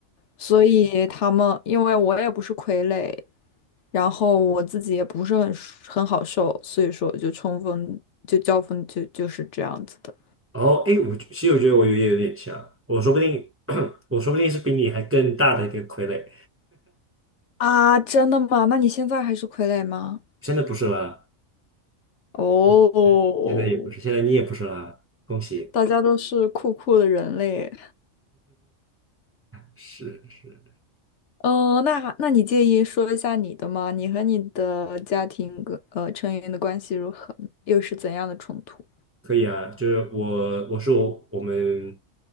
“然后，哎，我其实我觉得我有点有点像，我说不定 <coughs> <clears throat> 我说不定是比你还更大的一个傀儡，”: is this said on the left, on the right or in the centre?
Right